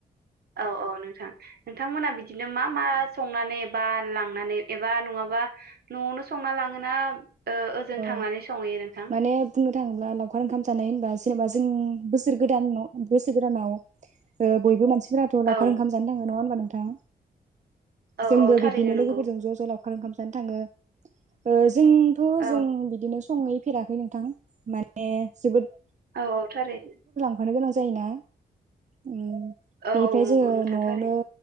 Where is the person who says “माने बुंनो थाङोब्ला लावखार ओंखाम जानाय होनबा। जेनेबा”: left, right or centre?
Right